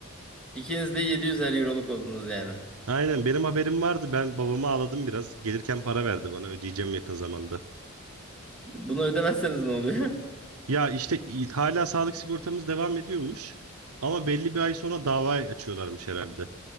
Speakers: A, in the centre; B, on the right (about 85°).
A: İkiniz de 700'er euroluk oldunuz yani.
B: Aynen benim haberim vardı. Ben babama ağladım biraz. Gelirken para verdi bana ödeyeceğim yakın zamanda.
A: Bunu ödemezseniz ne oluyor? <laughs>
B: Ya işte i- hala sağlık sigortamız devam ediyormuş. Ama belli bir ay sonra dava açıyorlarmış herhalde.